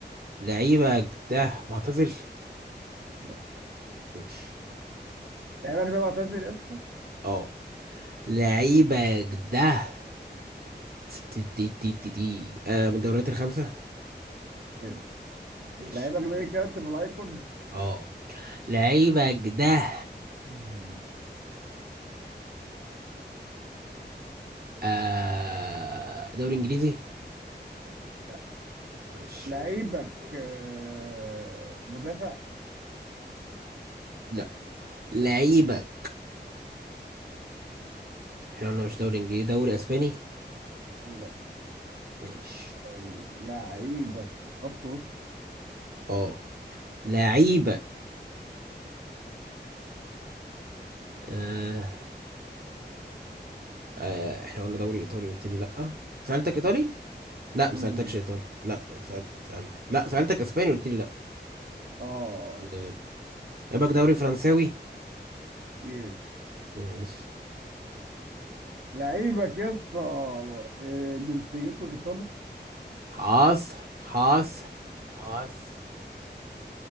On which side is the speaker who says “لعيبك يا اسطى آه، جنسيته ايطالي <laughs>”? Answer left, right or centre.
Right